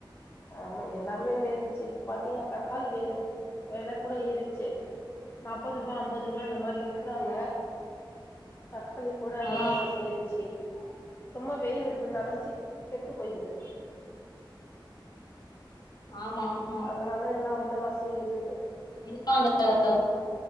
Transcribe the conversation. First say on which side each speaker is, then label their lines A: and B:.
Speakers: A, on the left; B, on the left.
A: ஆமா எல்லாமே வேறிச்சு பாத்தீங்களா தக்காளி வேற வெல கூட ஏறிட்ச்சு. நாப்பதுருபா அம்பது ருபா இந்த மாரி இர்க்கறாங்க. தக்காளி கூட
B: ஆ
A: வெலவாசி ஏறிட்ச்சி ரொம்போ வெயில் இருக்குனால சீக்கரமா கெட்டு போயிருது.
B: ஆமாம்.
A: அதனால எல்லா வெலவாசியு ஏறிர்து.
B: <inaudible>